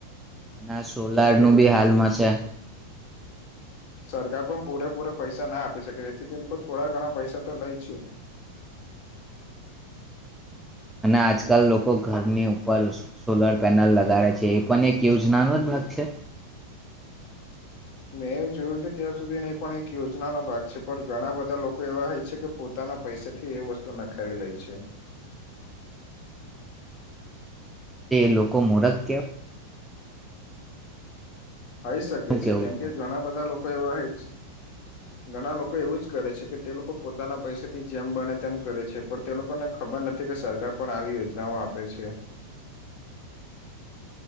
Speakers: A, in the centre; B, on the left.
A: ના, સોલાર
B: કેમકે
A: નું બી હાલમાં છે.
B: સરકાર પણ પૂરેપૂરા પૈસા ના આપી શકે. તેથી તેની થોડા ઘણા પૈસા તો લઈ છું. <unintelligible>
A: અને આજકાલ લોકો ઘરની ઉપર સો સોલર પેનલ લગાડે છે, એ પણ એક યોજનાનો જ ભાગ છે.
B: મેં જોયું છે ત્યા સુધી નહી પણ એક યોજનાનો ભાગ છે. પણ ઘણા બધા લોકો એવા હોય છે કે, પોતાના પૈસેથી એ વસ્તુ નંખાવી લે છે.
A: તે લોકો મુરખ કેવાય
B: આઈ શકે
A: શું
B: છે
A: કેવું
B: કેમ કે, ઘણા બધા લોકો. કોઈ એવા હોય, ઘણા લોકો એવું જ કરે છે કે, તે લોકો પોતાના પૈસાથી જેમ બને તેમ કરે છે. પણ તે લોકોને ખબર નથી કે, સરકાર પણ આવી યોજનાઓ આપે છે.